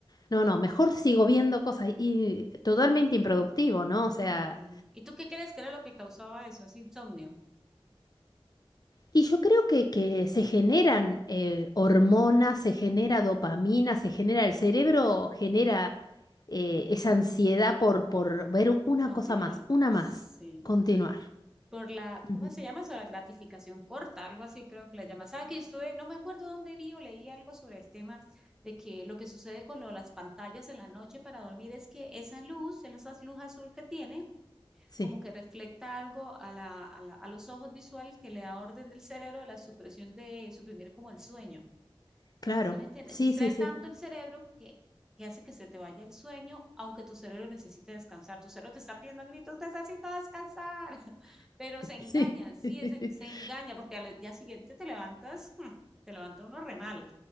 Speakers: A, on the left; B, in the centre.
A: no, no, mejor sigo viendo cosas y totalmente improductivo, ¿no? O sea...
B: Sí. ¿Y tú qué crees que era lo que causaba eso? Es insomnio.
A: Y yo creo que, que se generan eh, hormonas, se genera dopamina, se genera, el cerebro genera eh, esa ansiedad por, por ver una
B: Continuar.
A: cosa más, una
B: Sí.
A: más, continuar.
B: Por la,
A: Ujú.
B: ¿cómo se llama eso? La gratificación corta, algo así creo que le llaman. ¿Sabes que estuve, no me acuerdo dónde vi o leí algo sobre el tema de que lo que sucede con lo- las pantallas en la noche para dormir es que esa luz, esa luz azul que tienen,
A: Sí,
B: como que refleja algo a la- a la- a los ojos visuales que le da orden del cerebro de la supresión de suprimir como el sueño.
A: claro,
B: ¿Sí me entiendes?
A: sí,
B: Distrae
A: sí, sí.
B: tanto el cerebro que, que hace que se te vaya el sueño, aunque tu cerebro necesite descansar. Tu cerebro te está pidiendo a gritos, necesito descansar, <laughs> pero se engaña,
A: Sí.
B: sí,
A: <laughs>
B: es el- se engaña, porque al día siguiente te levantas, mm, te levanta uno re mal.